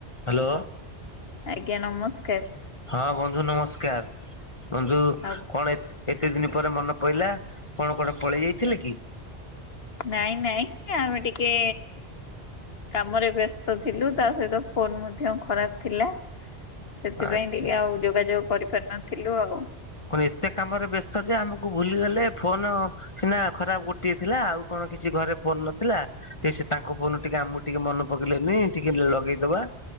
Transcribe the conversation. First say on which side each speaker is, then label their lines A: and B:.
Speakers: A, on the left; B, on the left.
A: Hello
B: ଆଜ୍ଞା ନମସ୍କାର
A: ହଁ ବନ୍ଧୁ ନମସ୍କାର ବନ୍ଧୁ
B: ଆଉ
A: କଣ ଏତେ ଦିନ ପରେ ମନେ ପଡିଲା କଣ କଣ ପଳେଇ ଯାଇଥିଲେ କି
B: ନାଇଁ ନାଇଁ ଆମେ ଟିକେ କାମରେ ବ୍ୟସ୍ତ ଥିଲୁ ତା ସହିତ ଫୋନ ମଧ୍ୟ ଖରାପ ଥିଲା। ସେଥିପାଇଁ
A: ଆଚ୍ଛା।
B: ଟିକେ ଆଉ ଯୋଗାଯୋଗ କରିପାରିନଥିଲୁ ଆଉ।
A: କଣ ଏତେ କାମରେ ବ୍ୟସ୍ତ ଯେ ଆମକୁ ଭୁଲିଗଲେ ଫୋନ ସିନା ଖରାପ ଗୋଟିଏ ଥିଲା। ଆଉ କଣ କିଛି ଘରେ ଫୋନ ନଥିଲା। ଏଇ ଶି ତାଙ୍କ ଫୋନ ଟିକେ ଆମକୁ ଟିକେ ମନେ ପକେଇଲେନି ଟିକେ ଲଗେଇଦବା।